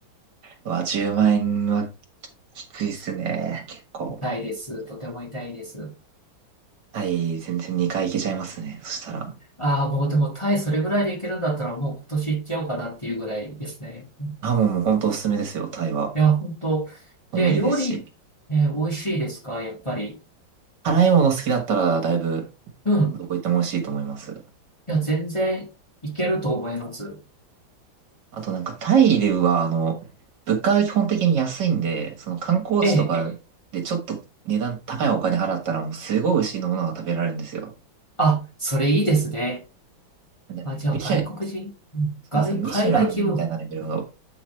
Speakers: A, on the right; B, on the left.
A: うわ、10万円はきついっすね。結構。
B: 痛いです。とても痛いです。
A: タイ、全然2回行けちゃいますね。そしたら。
B: ああ、もうでもタイそれぐらいで行けるんだったらもう今年行っちゃおうかなっていうぐらいですね。
A: あ、もう、もう本当おすすめですよ、タイは。
B: いや、本当。
A: もういいですし。
B: で、料理、ね、美味しいですかやっぱり。
A: 辛いもの好きだったら、だいぶ、
B: うん。
A: どこ行っても美味しいと思います。
B: いや、全然いけると思います。
A: あとなんか、タイでは、あの、物価が基本的に安いんで、その観光地とかでちょっと値段高いお金払ったら、
B: ええ
A: もうすごい美味しいものが食べられるんですよ。
B: あ、それいいですね。
A: でも、
B: あ、じゃあ外国人、
A: ミシュ、
B: うん外、
A: そうですよ。ミシュランみたいなレベルを、
B: 海外気分。